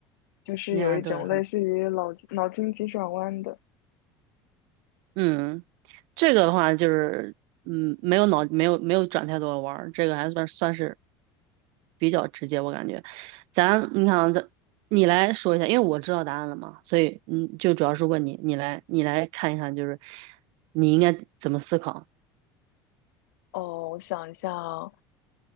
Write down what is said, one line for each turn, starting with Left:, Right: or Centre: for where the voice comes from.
Right: <laughs>
Left: 就是有一种类似于脑脑筋急转弯的。
Right: 呀，对，很，嗯。这个的话就是，嗯，没有脑，没有没有转太多的弯儿，这个还算算是比较直接，我感觉。咱你看啊，咱你来说一下，因为我知道答案了嘛，所以嗯，就主要是问你，你来你来看一看，就是你应该怎么思考
Left: 哦，我想一下啊，